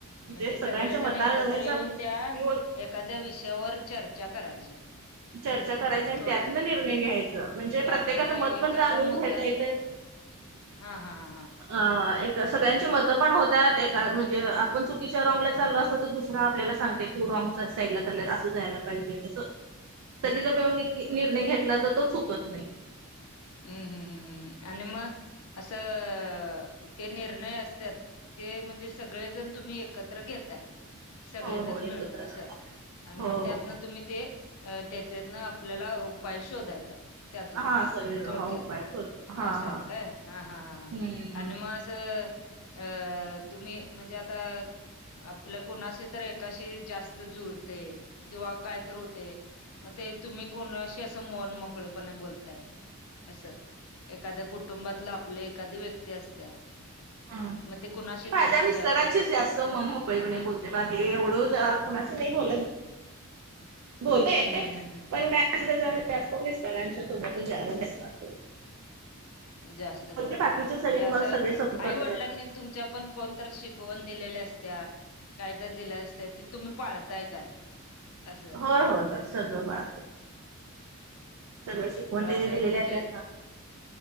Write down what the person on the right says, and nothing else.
जे
सगळ्यांच्या मताच्या
घेऊन
चर्चा करायची आणि
त्यातन निर्णय घ्यायचां म्हणजे
प्रत्येकाचं मत
पण जा जाणून
घेता येतं
अ एक
सगळ्यांची मतं पण होतात एक म्हणजे आपण चुकीच्या रॉंगला चाल असत तर दुसरा आपल्याला सांगते तू रॉंग साईडला चाल असं जायला पाहिज
सगळी जर मिळून निर्णय घेतला तर तो चुकत नाही
हो हो
एकत्र
हो
हो
हा सगळेजण
हा उपाय करतो हा
हा.
हम्म.
हम्म.
मी माझ्या
मिस्टरांशीच
जास्त मन बोलते बा हे ओळू जा कोुणाशी नाही बोलत बोलत
पण काय सुध जास्त मिस्तळांच्या सोबत जास्त अस
बाकीचे सगळे मग
सगळे सपोर्ट
करतात.
होय होय होय सगळं बात सगळं शिकवण त्यांनी
दिलेल्या
त्या